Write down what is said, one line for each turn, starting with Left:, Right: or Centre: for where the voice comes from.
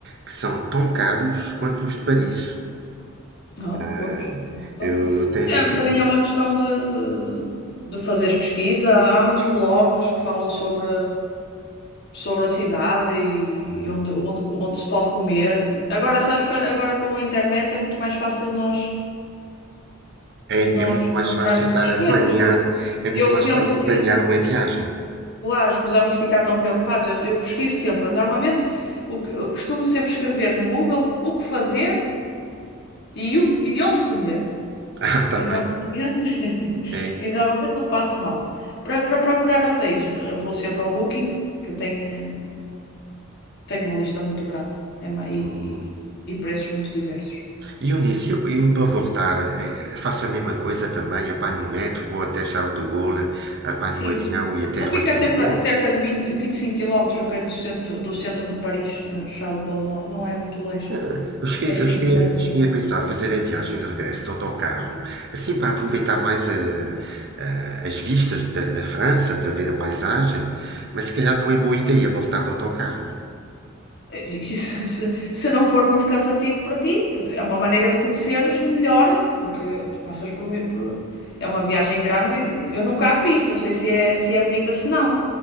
Right: que são tão caros quanto os de Paris.
Left: Ah,
Right: Ah,
Left: pois. Não.
Right: eu tenho,
Left: É,
Right: eu tenho-
Left: também é uma questão de, de, de fazeres pesquisa. Há muitos blogs que falam sobre. sobre a cidade e,
Right: um.
Left: e onde, onde, co- onde se pode comer. Agora, sabes que agora com a internet é muito mais fácil nós, nós
Right: É, é muito
Left: encontrarmos
Right: mais fácil estar
Left: as
Right: a
Left: coisas.
Right: planear,
Left: Eu,
Right: é
Left: eu
Right: muito mais
Left: sempre
Right: fácil
Left: que,
Right: planear uma viagem.
Left: claro, escusamos de ficar tão preocupados, eu, eu pesquiso sempre. Normalmente, o que, eu costumo sempre escrever no Google o que fazer e, o, e onde comer.
Right: Ah, <laughs> tá
Left: E
Right: bem.
Left: normalmente, <laughs>
Right: É.
Left: e normalmente não passo mal. Para, para procurar hotéis, eu vou sempre ao Booking, que tem. eh, Tenho uma lista muito grande é ma- e,
Right: Hum.
Left: e, e preços muito diversos.
Right: E Eunice, eu, eu para voltar, eh, faço a mesma coisa também, apanho o metro, vou até Charles de Gaulle, apanho
Left: Sim.
Right: o avião e aterro
Left: Ele fica
Right: aqui
Left: sempre
Right: no Porto.
Left: a cerca de vinte, vinte e cinco quilómetros. eu quero, do centro, do centro de Paris. eh, Charles de Gaulle não, não é muito longe,
Right: Eh, Eu cheguei,
Left: mas
Right: eu
Left: sim,
Right: cheguei,
Left: apanhas
Right: eu cheguei
Left: o metro.
Right: a pensar fazer a viagem de regresso de autocarro, assim para aproveitar mais eh, eh, as vistas da, da França, para ver a paisagem, mas se calhar não é boa ideia voltar de autocarro.
Left: É, E <laughs> se, se- se não for muito cansativo para ti, é uma maneira de conheceres melhor, porque tu passas por, mi- por- É uma viagem grande, e eu nunca a fiz, não sei se é, se é bonita, se não,